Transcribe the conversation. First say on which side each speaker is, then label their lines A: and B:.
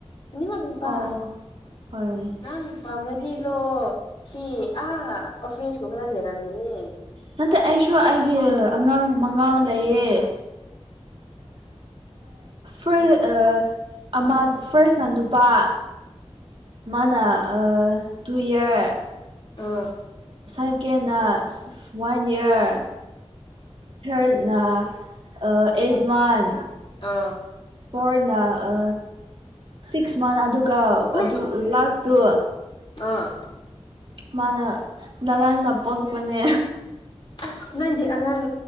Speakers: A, on the left; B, on the right.
A: ꯑꯅꯤꯃꯛꯠ ꯅꯨꯄꯥ
B: ꯑꯣ ꯍꯣꯏ
A: ꯅꯪ ꯄꯝꯔꯗꯤ ꯍꯜꯂꯣ ꯁꯤ ꯑꯥ ꯑꯣꯐꯔꯤꯁꯀꯨꯝꯕꯅ ꯂꯩꯔꯝꯒꯅꯤ
B: ꯅꯠꯇꯦ ꯑꯩꯁꯨ ꯑꯩꯒꯤ ꯑꯉꯥꯡ ꯃꯉꯥꯡ ꯂꯩꯌꯦ
A: ꯏ
B: ꯐꯥ ꯐꯔꯁ ꯅꯨꯄꯥ ꯃꯥꯅ ꯇꯨ ꯏꯌꯥꯔ
A: ꯑꯥ
B: ꯁꯦꯀꯦꯟꯅ ꯋꯥꯟ ꯏꯌꯥꯔ ꯊꯔ ꯑ ꯑꯦꯖꯃꯟ
A: ꯑꯥ
B: ꯐꯣꯔꯅꯥ ꯑ ꯁꯤꯛꯁ ꯃꯟ ꯑꯗꯨꯒ
A: ꯎ
B: ꯑꯗꯨ ꯂꯥꯁꯇꯨ
A: ꯑꯥ
B: ꯃꯥꯅ ꯉꯔꯥꯡꯅ ꯄꯣꯛꯄꯅꯦ
A: ꯑꯁ ꯅꯪꯗꯤ ꯑꯉꯥꯡ